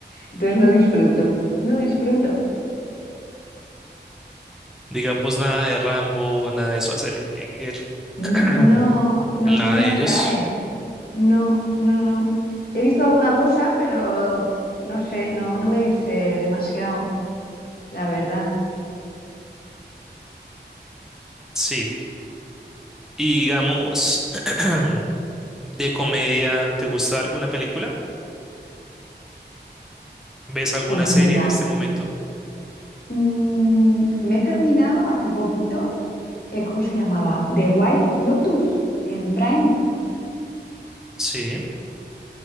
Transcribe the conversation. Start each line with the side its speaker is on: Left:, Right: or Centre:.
Left: Entonces no disfruto, no disfruto.
Centre: Digamos, nada de Rambo, nada de Schwarzenegger,
Left: N-
Centre: <clears throat>
Left: No, no,
Centre: nada
Left: no me
Centre: de
Left: atrae.
Centre: ellos.
Left: No, no, no. He visto alguna cosa, pero no sé, no, no me dice demasiado, la verdad.
Centre: Sí. Y digamos, <clears throat> de comedia, ¿te gusta alguna película? ¿Ves alguna
Left: Pues
Centre: serie
Left: mira,
Centre: en este momento?
Left: mm, me he terminado hace poquito eh, ¿cómo se llamaba? The White Lotus en Prime.
Centre: Sí.